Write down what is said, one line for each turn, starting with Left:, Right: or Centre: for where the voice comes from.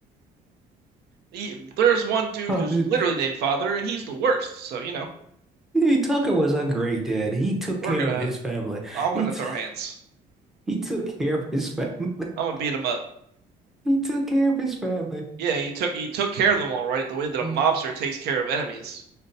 Right: He, there's one dude
Centre: <laughs>
Right: who's literally named Father, and he's the worst. So you know,
Centre: Hey, Tucker was a great dad. He took
Right: we're
Centre: care
Right: gonna,
Centre: of his family.
Right: I'm
Centre: He
Right: gonna
Centre: t
Right: throw hands.
Centre: <laughs> he took care of his family.
Right: I'm
Centre: <laughs>
Right: gonna beat him up.
Centre: He took care of his family. <laughs>
Right: Yeah, he took he took care of them all right, the way that a
Centre: Mm.
Right: mobster takes care of enemies.